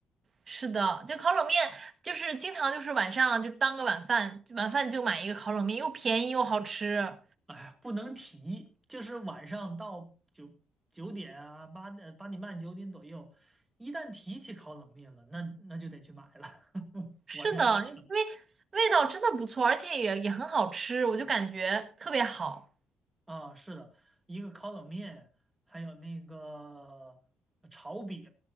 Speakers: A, on the right (about 40°); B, on the right (about 20°).
A: 是的，就烤冷面，就是经常就是晚上就当个晚饭，晚饭就买一个烤冷面，又便宜又好吃。
B: 哎呀，不能提，就是晚上到九九点啊八点八点半九点左右，一旦提起烤冷面了，那那就得去买了。<laughs>
A: 是的，
B: 我是这样。
A: 因为味道真的不错，而且也也很好吃，我就感觉特别好。
B: 啊，是的，一个烤冷面，还有那个炒饼，